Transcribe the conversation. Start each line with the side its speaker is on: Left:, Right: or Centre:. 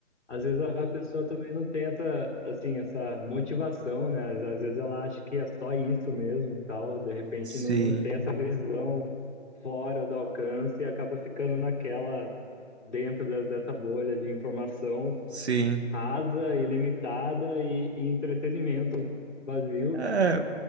Left: Às vezes a, a pessoa também não tenta, assim, essa motivação, né? Às, às vezes ela acha que é só isso mesmo, tal, de repente
Right: Sim.
Left: não, não tem essa visão fora do alcance e acaba ficando naquela, dentro de- dessa bolha de informação
Right: Sim.
Left: rasa, ilimitada e, e entretenimento vazio
Right: É,